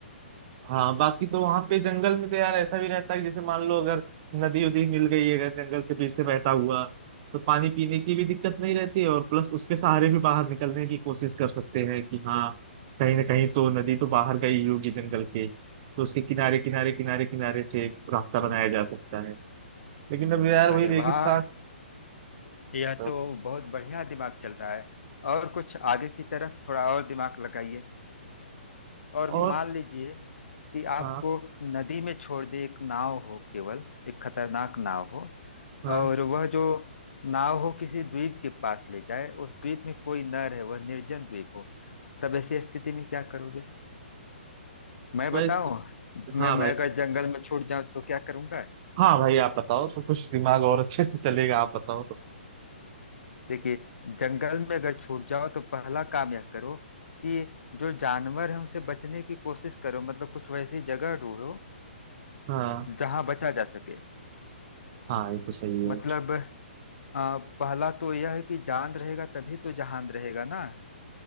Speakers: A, on the right; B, on the left.
A: हाँ बाकी तो वहां पे जंगल में तो यार ऐसा भी रहता है कि जैसे मान लो अगर नदी उदी मिल गई अगर जंगल के बीच से बहता हुआ तो पानी पीने की भी दिक्कत नहीं रहती और प्लस उसके सहारे भी बाहर निकलने की कोशिश कर सकते हैं कि हाँ कहीं ना कहीं तो नदी तो बाहर गई ही होगी जंगल के तो उसके किनारे किनारे किनारे किनारे से एक रास्ता बनाया जा सकता है लेकिन अब यार वही
B: अरे
A: रेगिस्तान
B: वाह यह
A: तो-
B: तो बहुत बढ़िया दिमाग चल रहा है और कुछ आगे की तरफ थोड़ा और दिमाग लगाइए और मान
A: और
B: लीजिए कि आपको
A: हाँ
B: नदी में छोड़ दे एक नाव हो केवल एक खतरनाक नाव हो
A: हाँ
B: और वह जो नाव हो किसी द्वीप के पास ले जाए उस द्वीप में कोई न रहे वह निर्जन द्वीप हो तब ऐसी स्थिति में क्या करोगे मैं
A: वैसे
B: बताऊं मैं
A: हाँ भाई
B: मैं अगर जंगल में छूट जाऊं तो क्या करूंगा
A: हाँ भाई आप बताओ तो कुछ दिमाग और अच्छे से चलेगा आप बताओ तो
B: देखिए जंगल में अगर छूट जाओ तो पहला काम यह करो कि जो जानवर है उनसे बचने की कोशिश करो मतलब कुछ वैसी जगह ढूंढो
A: हाँ
B: जहां बचा जा सके
A: हाँ ये तो सही
B: मतलब
A: है
B: अ, पहला तो यह है कि जान रहेगा तभी तो जहान रहेगा ना